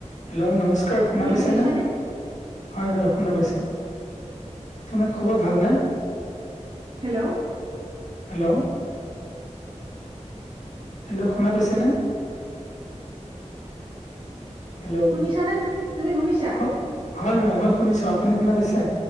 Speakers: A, on the left (about 85°); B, on the right (about 45°).
A: Hello নমস্কাৰ শুনা
B: তুমি
A: পাইছে
B: শুনিছানে?
A: নে? হয় হয় শুনা পাইছো, আপোনাৰ খবৰ ভালনে?
B: হেল্ল।
A: হেল্ল। হেল্ল' শুনা পাইছে নে? হেল্ল'
B: শুনিছা নে তুমি? তুমি শুনিছা?
A: হ- হয় হয় মই শুনিছো, আপুনি শুনা পাইছে?